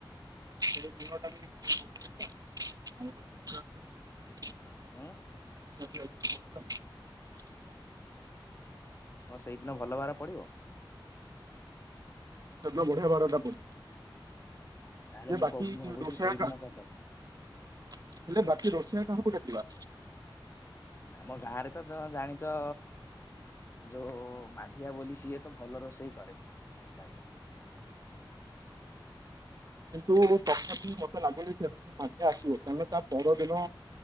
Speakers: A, on the right (about 50°); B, on the left (about 30°).
A: ସେ ଦିନଟା ବି ବହୁତ ବଢିଆ ଆହୁ
B: ହଁ
A: <inaudible>
B: କଣ ସେଇଦିନ ଭଲ ଭାର ପଡିବ
A: ସେତିଲ ବଢ଼ଆ ଭାରଟ ପ
B: ତାହେଲେ
A: ଯେ
B: ମୁଁ
A: ବାକି
B: କ ମୁଁ ଭାବୁଛି
A: ରୋଷେଇ
B: ସେଇଦିନ
A: କ
B: କରିଦବା
A: ହେଲେ ବାକି ରୋଷେଇ କୋଟେ ଯିବା
B: ଆମ ଗାଁ ରେ ତ ଜାଣିଛ ଯୋଉ ମାଧିଆ ବୋଲି ସିଏ ତ ଭଲ ରୋଷେଇ କରେ ମୋ ହିସାବରେ
A: କିନ୍ତୁ ତଥାପି ମତେ ଲାଗୁନ ସେ ମାାନ ଆସିବ କାରଣ ତା ପରଦିନ